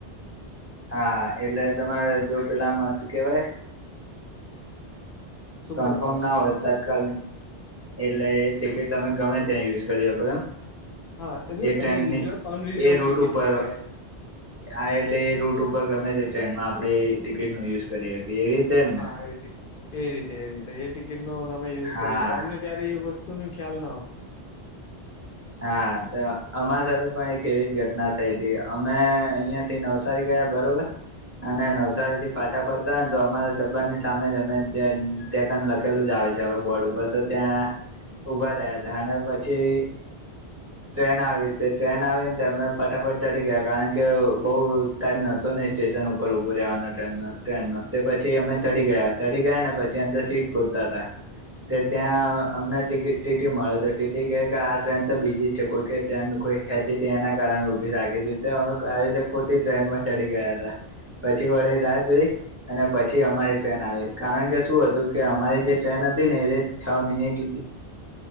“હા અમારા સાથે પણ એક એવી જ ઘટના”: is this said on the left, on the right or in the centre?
Right